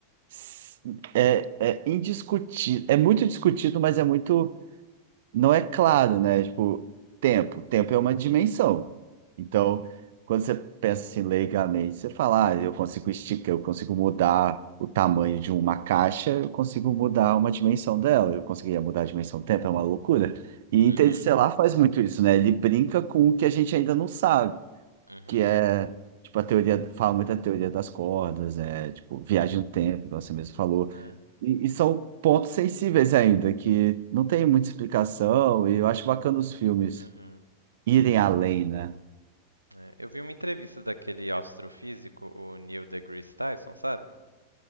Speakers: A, on the right; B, on the right.
A: s- é, é indiscutido, é muito discutido, mas é muito não é claro, né? Tipo, tempo. Tempo é uma dimensão. Então, quando você pensa assim leigamente, você fala, ah, eu consigo esticar, eu consigo mudar o tamanho de uma caixa, eu consigo mudar uma dimensão dela, eu conseguiria mudar a dimensão do tempo, é uma loucura. E
B: Uhum,
A: Interestelar faz muito isso, né? Ele brinca com o que a gente ainda não sabe
B: uhum.
A: que é tipo a teoria, fala muito da teoria das cordas, é tipo viagem no tempo, igual você mesmo falou.
B: É.
A: E, e são pontos sensíveis ainda, que não tem muita explicação, e eu acho bacana os filmes
B: Uhum.
A: irem além, né?
B: É. Eu vi uma entrevista daquele astrofísico, o Neil deGrasse Tyson, sabe?